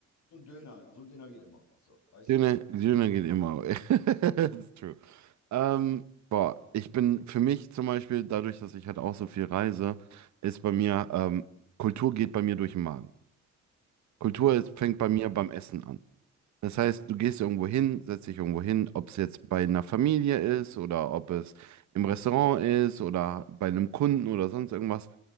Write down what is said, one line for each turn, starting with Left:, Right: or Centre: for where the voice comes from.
Left: So ein Döner, so ein Döner geht immer, so, weißt
Right: Döner,
Left: du?
Right: Döner geht immer. <laughs> It's true. Ähm, boah, ich bin für mich zum Beispiel, dadurch, dass ich halt auch so viel reise, ist bei mir, ähm, Kultur geht bei mir durch den Magen. Kultur
Left: Mhm.
Right: ist, fängt bei mir beim Essen an. Das heißt, du gehst irgendwo hin, setzt dich irgendwo hin, ob es jetzt bei einer Familie ist oder ob es im Restaurant ist oder bei einem Kunden oder sonst irgendwas.